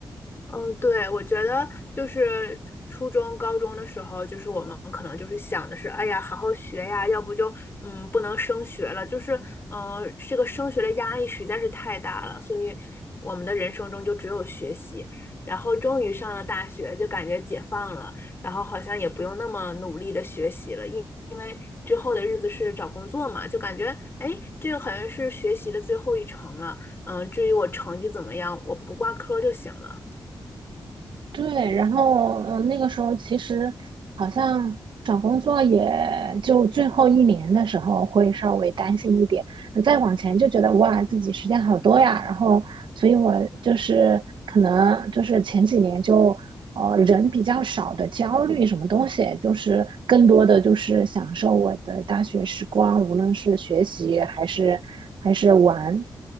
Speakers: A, on the left; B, on the right.
A: 嗯，对，我觉得就是初中、高中的时候，就是我们可能就是想的是，哎呀，好好学呀，要不就嗯不能升学了，就是嗯这个升学的压力实在是太大了，所以我们的人生中就只有学习。然后终于上了大学，就感觉解放了，然后好像也不用那么努力的学习了，因因为之后的日子是找工作嘛，就感觉哎，这个好像是学习的最后一程了。嗯，至于我成绩怎么样，我不挂科就行了。
B: 对，然后嗯，呃那个时候其实好像找工作也就最后一年的时候会稍微担心一点，呃再往前就觉得哇，自己时间好多呀。然后，所以我就是可能就是前几年就呃人比较少的焦虑什么东西，就是更多的就是享受我的大学时光，无论是学习还是还是玩。